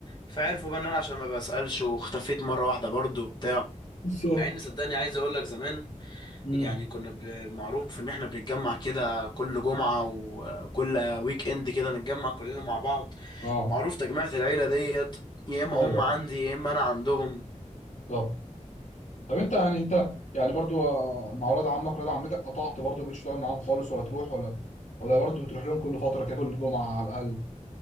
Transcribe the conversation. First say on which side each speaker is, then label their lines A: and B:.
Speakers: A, on the left; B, on the left.
A: فعرفوا بقى ان انا عشان ما بسالش واختفيت مره واحده برضه وبتاع
B: بالظبط
A: مع ان صدقني عايز اقول لك زمان
B: مم.
A: يعني كنا ب- معروف ان احنا بنتجمع كده كل جمعة وكل ويك اند كده نتجمع كلنا مع بعض
B: اه
A: ومعروف تجميعة العيلة ديت يا اما
B: ايوه
A: هم
B: ايوه
A: عندي يا اما انا عندهم
B: بالظبط. طب انت يعني انت يعني برضو آه، مع ولاد عمك ولاد عمتك قطعت برضو مبقتش تقعد معاهم خالص ولا تروح ولا ولا برضو بتروح لهم كل فتره كده كل جمعه على الاقل